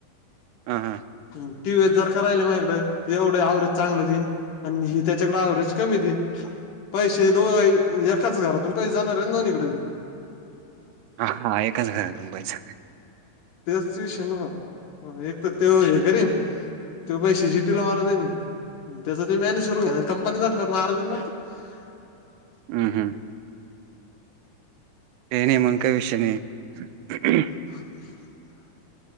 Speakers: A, on the right (about 85°); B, on the left (about 65°).
A: हा हा.
B: टीव्हीएस जर का राहिली माझ्याकडे, तर एवढं अव्हरेज चांगलं देईन आणि ही त्याच्याकडे अव्हरेज कमी देईन, पैसे दोय एकाच घरातून पैसे जाणार आहे दोन्हीकडं बी.
A: हा हा एकच घरातून पैसे जाणार.
B: तेच त इशू आहे ना, एक तर तो हे करीन तो पैसे <unintelligible> त्याचं तो मॅनेज करून घ्या कंपनी <unintelligible>
A: हम्म हम्म काय नाय मग काय विषय नाही.
B: <inaudible>